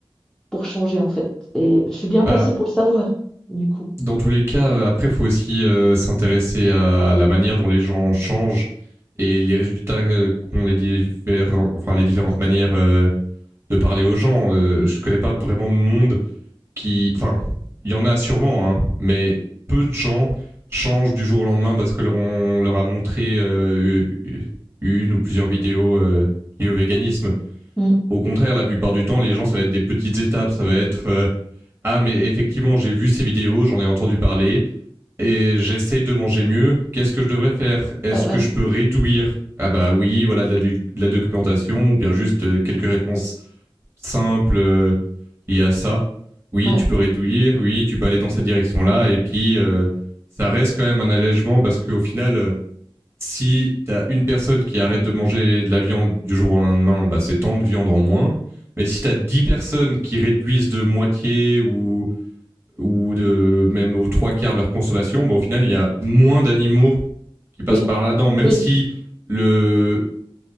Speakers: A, in the centre; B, on the right.
A: pour changer, en fait. Et je suis bien
B: bah,
A: placée pour le savoir, du coup.
B: dans tous les cas, euh, après, il faut aussi euh, s'intéresser à la manière dont les gens changent et les résultats euh, qu'ont les différents, enfin les différentes manières euh, de parler aux gens. Euh, je connais pas vraiment de monde qui, enfin, il y en a sûrement, hein, mais peu de gens changent du jour au lendemain parce que leur, on leur a montré euh, une ou plusieurs vidéos euh, liées au véganisme.
A: Mm.
B: Au contraire, la plupart du temps, les gens, ça va être des petites étapes, ça va être euh, ah mais effectivement, j'ai vu ces vidéos, j'en ai entendu parler et j'essaye de manger mieux, qu'est-ce que je devrais faire Est-ce
A: Ouais, ouais,
B: que je peux réduire Ah bah oui, voilà de la, de la documentation, ou bien juste euh, quelques réponses simples euh, liées à ça. Oui,
A: ouais.
B: tu peux réduire, oui, tu peux aller dans cette direction-là, et puis euh, ça reste quand même un allègement parce qu'au final, euh, si t'as une personne qui arrête de manger de la viande du jour au lendemain, bah c'est tant de viande en moins. Mais si t'as 10 personnes qui réduisent de moitié ou ou de même aux trois quarts de leur consommation, bah, au final, il y a moins d'animaux qui passent
A: Oui,
B: par là-dedans, même
A: oui,
B: si le